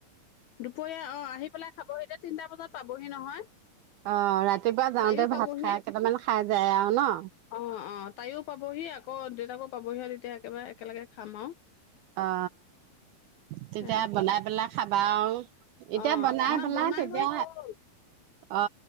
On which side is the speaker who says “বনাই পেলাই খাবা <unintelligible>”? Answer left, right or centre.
Right